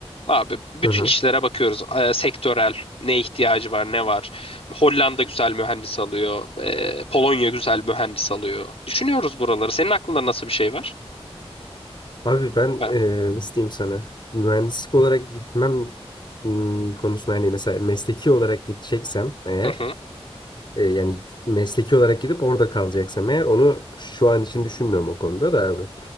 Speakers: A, on the left (about 70°); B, on the left (about 50°).
A: Abi bütün
B: Hı hı.
A: işlere bakıyoruz. Ee, sektörel ne ihtiyacı var, ne var. Hollanda güzel mühendis alıyor. Ee, Polonya güzel mühendis alıyor. Düşünüyoruz buraları. Senin aklında nasıl bir şey var?
B: Abi ben
A: Ha.
B: e, nasıl diyeyim sana? Mühendislik olarak gitmem hmm, konusunda hani mesela mesleki olarak gideceksem eğer
A: Hı hı.
B: E, yani mesleki olarak gidip orada kalacaksam eğer onu şu an için düşünmüyorum o konuda da abi.